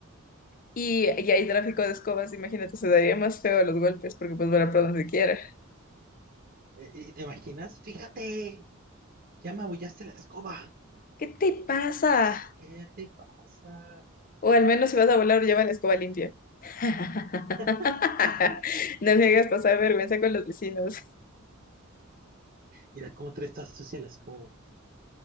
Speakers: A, on the left (about 40°); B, on the right (about 45°).
A: y, y hay tráfico de escobas, imagínate, se daría más feo los golpes porque puedes volar por donde quiera.
B: Eh, ¿Y te imaginas? Fíjate, ya me abollaste la escoba.
A: ¿Qué te pasa?
B: ¿Qué te pasa?
A: O al menos si vas a volar, lleva la escoba limpia. <laughs>
B: <laughs>
A: No me hagas pasar vergüenza con los vecinos.
B: Mira cómo traes toda sucia la escoba.